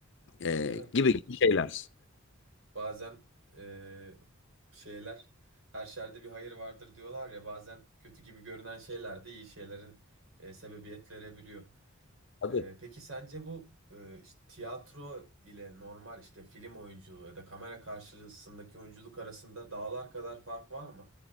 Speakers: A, on the left; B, on the right.
A: E,
B: Evet.
A: gibi gibi şeyler.
B: Bazen ee, şeyler her şerde bir hayır vardır diyorlar ya bazen kötü gibi görünen şeyler de iyi şeylerin ee, sebebiyet verebiliyor.
A: Tabii
B: Ee, peki sence bu e, işte tiyatro ile normal işte film oyunculuğu ya da kamera karşısındaki oyunculuk arasında dağlar kadar fark var mı?